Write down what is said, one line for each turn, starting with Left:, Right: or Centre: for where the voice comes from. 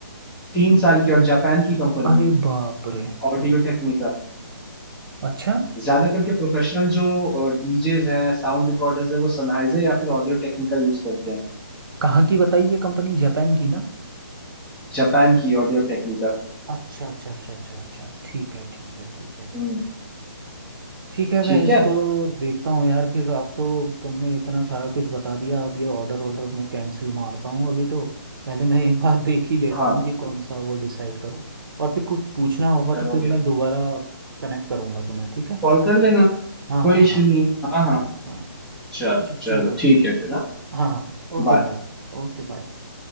Centre: तीन साल की और जापान की कंपनी
Right: अरे
Centre: है
Right: बाप रे
Centre: ऑडियो टेक्निका
Right: अच्छा
Centre: ज्यादा करके प्रोफेशनल जो डीजेज हैं साउंड रिकॉर्डर्स हैं वो सनहाइजर या फिर ऑडियो टेक्निका यूज करते हैं
Right: कहाँ की बताइए कंपनी जापान की ना
Centre: जापान की ऑडियो टेक्निका
Right: अच्छा अच्छा अच्छा अच्छा अच्छा ठीक है ठीक है ठीक है ठीक
Centre: हम्म
Right: है ठीक है मैं
Centre: ठीक
Right: इसको
Centre: है
Right: देखता हूँ यार फिर अब तो तुमने इतना सारा कुछ बता दिया अब ये ऑर्डर ऑर्डर मैं कैंसिल मारता हूँ अभी तो पहले मैं एक बार <laughs> देख ही लेता
Centre: हाँ
Right: हूँ कि कौन सा वो डिसाइड करूँ और फिर कुछ पूछना होगा
Centre: करोगे
Right: तो फिर मैं दोबारा कनेक्ट करूँगा तुम्हें ठीक है
Centre: कॉल कर लेना
Right: हाँ
Centre: कोई
Right: हाँ
Centre: इशू
Right: हाँ
Centre: नहीं है हाँ हाँ
Right: हाँ हाँ
Centre: चलो
Right: च-
Centre: चलो
Right: चलो
Centre: ठीक है फिर हाँ
Right: हाँ हाँ ओके
Centre: बाय
Right: भाई Okay bye